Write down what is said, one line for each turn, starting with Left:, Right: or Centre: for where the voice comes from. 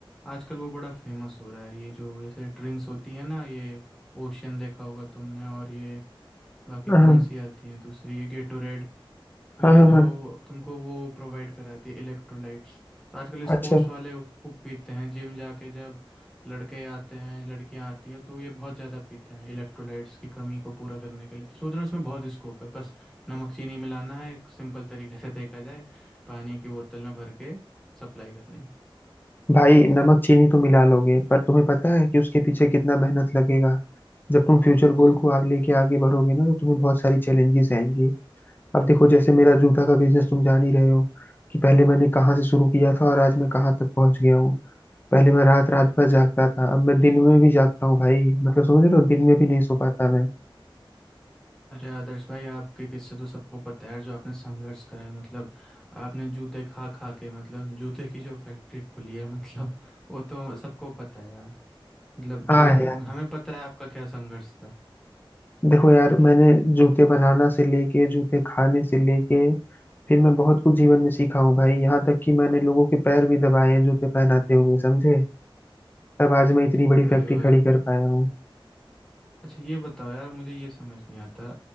Centre: आजकल वो बड़ा फेमस हो रहा है ये जो जैसे ड्रिंक्स होती है ना ये ओशियन देखा होगा तुमने और ये बाकी
Left: हाँ
Centre: कौन सी आती हैं दूसरी ये गेटोरेड तो
Left: हाँ
Centre: ये
Left: हाँ
Centre: जो
Left: हाँ
Centre: तुमको वो प्रोवाइड कराती है इलेक्ट्रोलाइट्स तो आजकल स्पोर्ट्स
Left: अच्छा
Centre: वाले खूब पीते हैं जिम जाके जब लड़के आते हैं लड़कियां आती है तो ये बहुत ज़्यादा पीते हैं इलेक्ट्रोलाइट्स की कमी को पूरा करने के लिए तो सोच रहा हूँ इसमें बहुत स्कोप है बस नमक चीनी मिलाना है एक सिंपल तरीके से देखा जाए पानी की बोतल में भर के सप्लाई करनी है
Left: भाई नमक चीनी तो मिला लोगे पर तुम्हें पता है कि उसके पीछे कितना मेहनत लगेगा जब तुम फ्यूचर गोल को आगे लेके आगे बढ़ोगे ना तो तुम्हें बहुत सारी चैलेंजेस आएंगी अब देखो जैसे मेरा जूता का बिजनेस तुम जान ही रहे हो कि पहले मैंने कहाँ से शुरू किया था और आज मैं कहाँ तक पहुंच गया हूँ पहले मैं रात रात भर जागता था अब मैं दिन में भी जागता हूँ भाई मतलब समझ रहे हो दिन में भी नहीं सो पाता मैं
Centre: अरे आदर्श भाई आपके किस्से तो सबको पता है यार जो आपने संघर्ष करा है मतलब आपने जूते खा खा के मतलब जूते की जो फैक्ट्री खोली है मतलब वो तो सबको पता है यार मतलब
Left: हाँ
Centre: जो हमें पता है आपका क्या संघर्ष था
Left: देखो यार मैंने जूते बनाना से लेके जूते खाने से लेके फिर मैं बहुत कुछ जीवन में सीखा हूँ भाई यहाँ तक कि मैंने लोगों के पैर भी दबाए हैं जूते पहनाते हुए समझे तब आज मैं इतनी बड़ी
Centre: वही
Left: फैक्ट्री
Centre: वही
Left: खड़ी कर पाया हूँ
Centre: अच्छा ये बताओ यार मुझे ये समझ नहीं आता